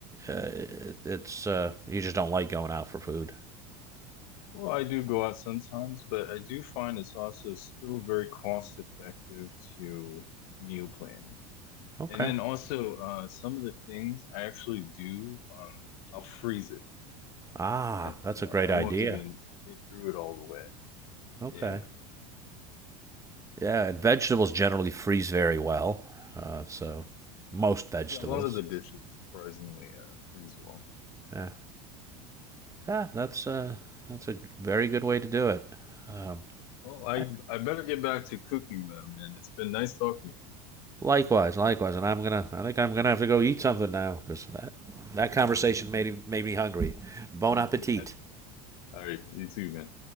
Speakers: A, on the right; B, on the left.
A: uh, it's uh, you just don't like going out for food
B: Well, I do go out sometimes, but I do find it's also still very cost effective to meal plan.
A: okay
B: And then also, uh, some of the things I actually do, um, I'll freeze it,
A: ah
B: right?
A: that's
B: So
A: a great
B: I
A: idea
B: won't even get through it all the way.
A: okay
B: Yeah.
A: yeah and vegetables generally freeze very well uh, so most vegetables
B: Yeah, a lot of the dishes surprisingly uh, freeze well.
A: yeah yeah that's uh that's a very good way to do it um,
B: Well, I
A: I-
B: I better get back to cooking them, and it's been nice talking to
A: likewise likewise and i'm gonna i think i'm gonna have to go eat something now because that that conversation made, made me hungry bon appetit
B: you. <laughs> All right, you too, man.